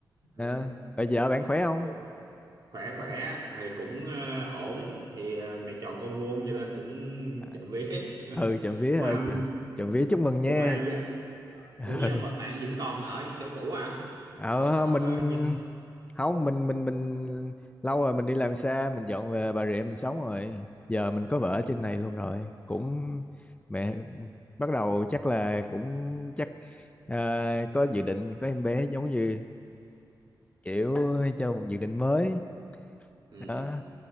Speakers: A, on the right; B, on the left.
A: Ừ.
B: à, rồi vợ bạn khỏe không
A: Ủa, khỏe khỏe thì cũng ờ, ổn thì ờ, mẹ chọn con vuông cho nên cũng
B: à,
A: chậm vía <laughs>
B: ừ trộm vía
A: ủa
B: ha,
A: mà
B: trộm, trộm vía chúc mừng nha
A: ủa mà dạ-
B: ừ
A: ủa nha mà bạn vẫn còn ở chỗ cũ à
B: ờ,
A: còn ở
B: mình
A: ờ, như
B: không mình mình mình lâu rồi mình đi làm xa mình dọn về Bà Rịa mình sống rồi giờ mình có
A: à,
B: vợ ở trên này luôn rồi cũng mẹ bắt đầu chắc là cũng chắc ờ, có dự định có em bé giống như kiểu cho một dự định mới
A: ừ.
B: đó